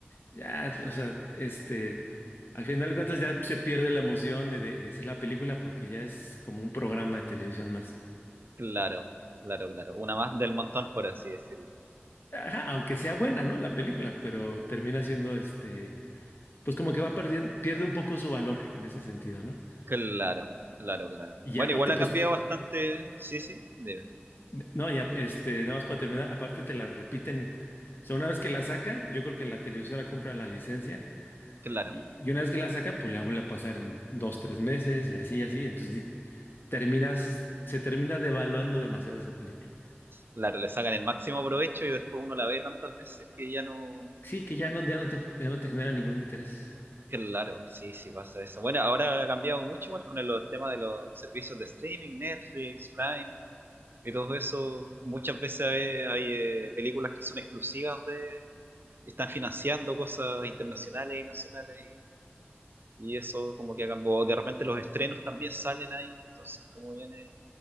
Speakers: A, on the left (about 55°); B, on the right (about 60°).
A: ya, o sea, este, al final de cuentas ya se pierde la emoción de, de decir la película porque ya es como un programa de televisión más.
B: claro, claro, claro. Una más del montón, por así decirlo.
A: Ajá, aunque sea buena, ¿no? La película, pero termina siendo, este, pues como que va perdiendo, pierde un poco su valor en ese sentido, ¿no?
B: Claro, claro, claro.
A: Y
B: Bueno,
A: aparte,
B: igual
A: pues
B: ha cambiado bastante. Sí, sí, de-
A: No, ya, este, nada más para terminar, aparte te la repiten, o sea, una vez que la sacan, yo creo que la televisora compra la licencia
B: claro.
A: y, y una vez que la saca, pues la vuelve a pasar en dos, tres meses y así, y así, entonces terminas, se termina devaluando demasiado esa película.
B: Claro, le sacan el máximo provecho y después uno la ve tantas veces que ya no.
A: Sí, que ya no, ya no te, ya no te genera ningún interés.
B: Claro, sí, sí pasa eso. Bueno, ahora ha cambiado mucho igual con el, los temas de los servicios de streaming, Netflix, Prime y todo eso. Muchas veces hay, hay, eh, películas que son exclusivas de... Están financiando cosas internacionales y nacionales y, y eso como que ha cambiado. De repente los estrenos también salen ahí, entonces como viene...